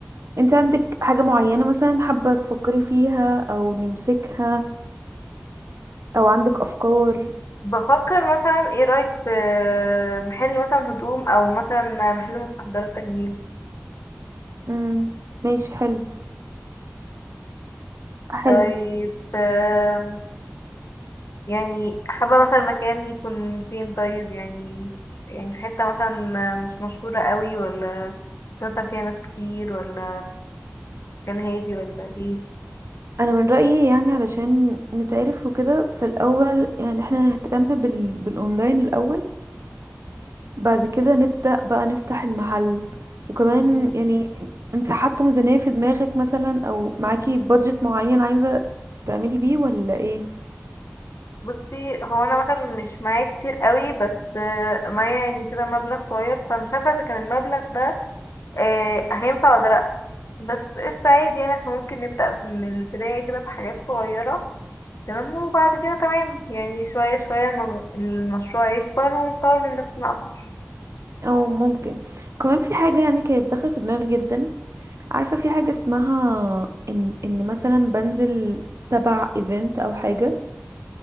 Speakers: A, on the right (about 75°); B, on the left (about 75°).
A: انت عندك حاجه معينه مثلا حابه تفكري فيها او نمسكها او عندك افكار
B: بفكر مثلا ايه رأيك في محل مثلا هدوم او مثلا محل مستحضرات تجميل
A: امم ماشي حلو حلو
B: طيب آم، يعني حابة مثلا مكان يكون فين طيب يعني يعني في حتة مثلا مش مشهورة قوي ولا مثلا فيها ناس كتير ولا مكان هادي ولا ايه
A: انا من رايي يعني علشان نتعرف وكده فالاول يعني احنا نهتم بال... بالاونلاين الاول بعد كده نبدأ بقى نفتح المحل وكمان
B: مم.
A: يعني انت حاطة ميزانية في دماغك مثلا او معاكي بادجت معين عايزة تعملي بيه ولا ايه
B: بصي هو انا مثلا مش معايا كتير قوي بس آه، معايا يعني كده مبلغ صغير فمش عارفة اذا كان المبلغ ده آه، هينفع ولا لأ بس قشطة عادي يعني احنا ممكن نبدأ من البداية كده بحاجات صغيرة تمام وبعد كده تمام يعني شوية شوية المم- المشروع يكبر ونطور من نفسنا أكتر
A: او ممكن وكمان في حاجة يعني كانت داخلة في دماغي جدا عارفة في حاجة اسمها ان ان مثلا بنزل تبع ايفنت او حاجة